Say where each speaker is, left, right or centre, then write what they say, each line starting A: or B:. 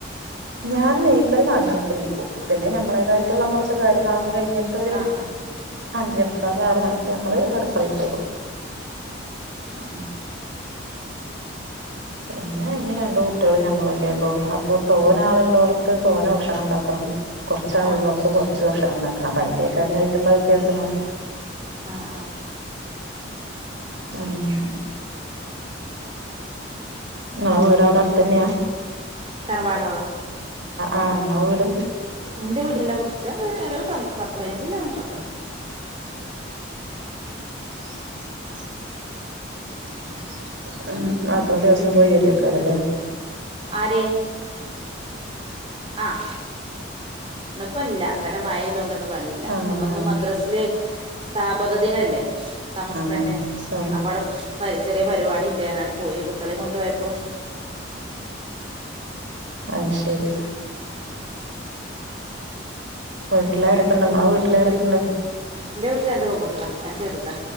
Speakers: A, on the right (about 65°); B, on the right (about 30°).
A: ഞാൻ നീക്കല് നാൽ മണിക്ക് നീക്കും പിന്നെ ഞമ്മുടേതായിട്ടുള്ള കുറച്ച് കാര്യങ്ങളൊക്ക കഴിഞ്ഞിട്ടൊരു
B: ആഹ് ആഹ്
A: അഞ്ചേ മുക്കാൽ ആർ മണിക്ക് നമ്മള് അടുക്കളെക്ക് കേറും <unintelligible> പിന്നെ ഈ രണ്ട് കുട്ടികളും ഞമ്മളല്ലേ ഉള്ളൂ അപ്പൊ തോന ആൾള്ളോടത്ത് തോന ഭക്ഷണം ഉണ്ടാക്കണം കുറച്ച ആളുള്ളോട്ത്ത്
B: ആഹ്
A: കുറച്ച് ഭക്ഷണം ഉണ്ടാക്കണം അപ്പം അയിന്റെക്കെതായിട്ടുള്ള വ്യത്യാസങ്ങള്
B: ആഹ ആഹ
A: ആഹ് നിങ്ങളെ വീട് അവിടെ അടുത്ത് തന്നെയാ
B: തറവാടോ
A: ആ നിങ്ങളെ വീട്
B: എന്റെ വീട് ലെ കുറച്ച് ഒരു പ പത്ത് പതിനഞ്ച് കിലോമീറ്ററൊക്കെ ഉണ്ട്
A: <unintelligible> ഉ മാപ്പള ദിവസം പോയി വരുഅയ്ക്കാരം ലെ
B: ആര് ആഹ ഇന്ന് ഇപ്പം ഇല്ല ഇന്നലെ മഴ പെയ്തോണ്ട് ഇന്ന് പണിയില്ല
A: ആ
B: അപ്പൊന്ന്
A: ആ
B: മദ്രാസിൽ സ്ഥാപകദിനല്ലേ സമസ്ത
A: ആഹ
B: അപ്പം അവിടെ ചെറിയ പരിപാടി ഉണ്ട് പറ ഞാണ്ട് പോയിണ് കുട്ടികളെയും കൊണ്ടു പോയപ്പോ
A: ആഹ ശരി വീട്ടിലാരൊക്കെണ്ട് നിങ്ങളെ വീട്ടിലാരൊക്കണ്ട്
B: എന്റെ വീട്ടില് രണ്ട് പെൺകുട്ടികളാ ഞൻ ചറുതാ